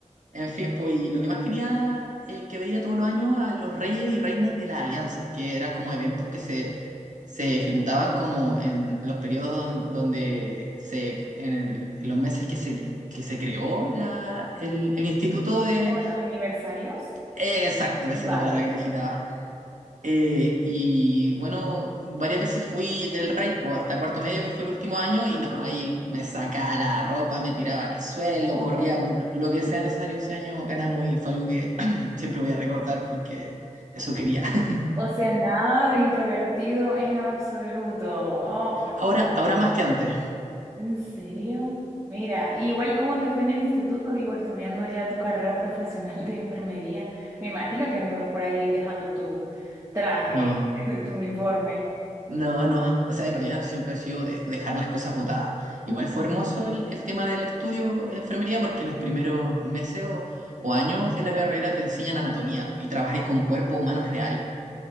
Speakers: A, on the right; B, on the right.
A: en fin, pues, y lo que más quería, eh, que veía todos los años a los reyes y reinas de las alianzas, que eran como eventos que se se ejecutaban como en los periodos don- donde se, en, el- en los meses que se, que se creó la, el, el instituto de...
B: como los aniversarios?
A: eh, exacto,
B: Vale.
A: esa es la palabra que necesitaba. Eh, y bueno, varias veces fui el rey, po, hasta cuarto medio, que fue el último año, y no, ahí me sacaba la ropa, me tiraba al suelo,
B: Oh.
A: corría por lo que sea necesario ese año, ganamos y fue algo que <clears throat> siempre voy a recordar porque eso quería. <laughs>
B: O sea, nada de introvertido en lo absoluto. Oh, por
A: Ahora,
B: favor.
A: ahora más que antes.
B: ¿En serio? Mira, igual cómo te fue en el instituto, digo, estudiando ya tu carrera profesional de enfermería. Me imagino que no ibas por ahí dejando tu traje,
A: No.
B: <laughs> tu uniforme.
A: No, no, o sea, en realidad siempre he sido de dejar las cosas botadas. Igual
B: Ujú.
A: fue hermoso el, el tema del estudio de enfermería porque los primeros meses o, o años de la carrera te enseñan anatomía y trabajáis con cuerpos humanos reales